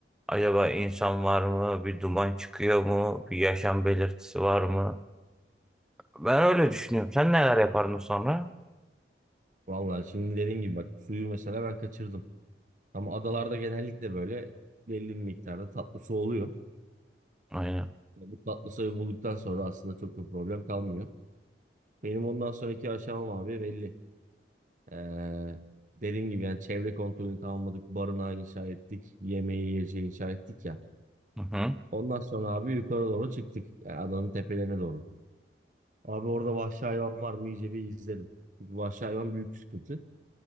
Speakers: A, in the centre; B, on the right (about 45°).
A: Acaba insan var mı? Bir duman çıkıyor mu? Bir yaşam belirtisi var mı? Ben öyle düşünüyorum. Sen neler yapardın sonra?
B: Vallahi şimdi dediğin gibi bak suyu mesela ben kaçırdım. Ama adalarda genellikle böyle belli bir miktarda tatlı su oluyor.
A: Aynen.
B: Yani bu tatlı suyu bulduktan sonra aslında çok da problem kalmıyor. Benim ondan sonraki aşamam abi belli. Ee, dediğim gibi yani çevre kontrolünü tamamladık. Barınağı inşa ettik. Yemeği yiyeceği inşa ettik ya.
A: Hı hı.
B: Ondan sonra abi yukarı doğru çıktık. Yani adanın tepelerine doğru. Abi orada vahşi hayvan var mı iyice bir izledim. Çünkü vahşi hayvan büyük sıkıntı.